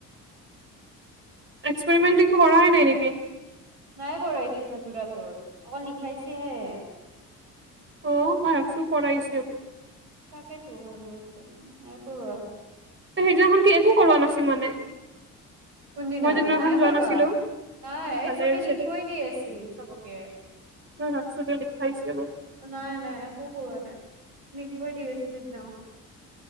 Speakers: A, on the right (about 25°); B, on the right (about 80°).
A: এক্সপেৰিমেন্ট কৰাই নাই নেকি
B: নাই কৰা এতিয়া ধাতুৰা তোৰ অকল লিখাইছেহে
A: অ মই আছো পঢ়াই আছো
B: তাকেইতো আৰু আছো নাই কৰোৱা
A: সেইদিনাখন কি একো কৰাৱা নাছিল মানে
B: কোনদিনা
A: মই যোনদিনাখন
B: নাই
A: যোৱা
B: কৰোৱা
A: নাছিলো
B: নাই এই
A: ভালে
B: চবে
A: হৈছে
B: লিখাই
A: দে
B: দি আছিল চবকে
A: মই ভাবছো যে লিখাইছে বুলি
B: নাই নাই একো কৰোৱা নাই লিখাই দি আছিল সেদিনা